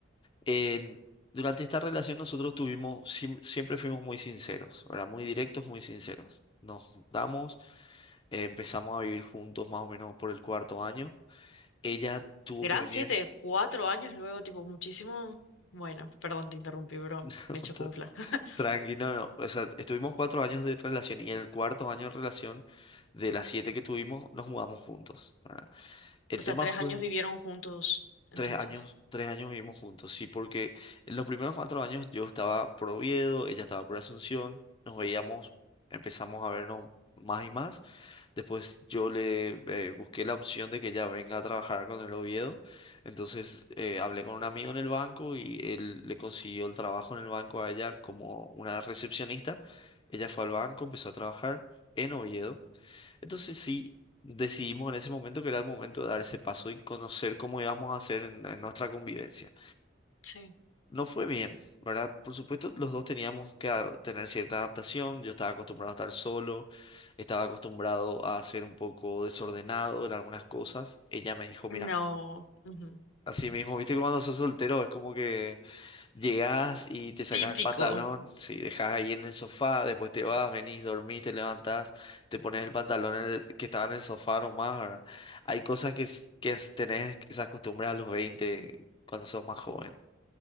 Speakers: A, on the left; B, on the left.
A: En- durante esta relación nosotros tuvimos, siem- siempre fuimos muy sinceros, ¿verdad? Muy directos, muy sinceros. Nos juntamos. Eh, Empezamos a vivir juntos más o menos por el cuarto año. Ella tuvo
B: Gran
A: que venir
B: siete, cuatro años luego, tipo, muchísimo. Bueno, perdón, te interrumpí, bro.
A: <laughs>
B: Me chocunfla. <laughs>
A: tranquilo, no, no. O sea, estuvimos cuatro años de relación y en el cuarto año de relación, de las siete que tuvimos, nos mudamos juntos, ¿verdad? El
B: O
A: tema
B: sea, tres
A: fue
B: años vivieron juntos, entonces.
A: tres años, tres años vivimos juntos, sí, porque en los primeros cuatro años yo estaba por Oviedo, ella estaba por Asunción, nos veíamos, empezamos a vernos más y más. Después yo le eh, busqué la opción de que ya venga a trabajar con el Oviedo. Entonces eh, hablé con un amigo en el banco y él le consiguió el trabajo en el banco a ella como una recepcionista. Ella fue
B: Ujú,
A: al banco, empezó a trabajar en Oviedo. Entonces sí, decidimos en ese momento que era el momento de dar ese paso y conocer cómo íbamos a hacer en en nuestra convivencia.
B: Sí.
A: No fue bien, ¿verdad? Por supuesto, los dos teníamos que a- tener cierta adaptación. Yo estaba acostumbrado a estar solo, estaba acostumbrado a ser un poco desordenado en algunas cosas. Ella me dijo,
B: No.
A: mira,
B: ujú.
A: así mismo, viste que cuando sos soltero es como que llegás y te sacás
B: Típico.
A: el pantalón, sí, dejás ahí en el sofá, después te vas, venís, dormís, te levantás, te pones el pantalón en el- que estaba en el sofá nomás, ¿verdad? Hay cosas que, es- que es- tenés esas costumbres a los 20 cuando sos más joven.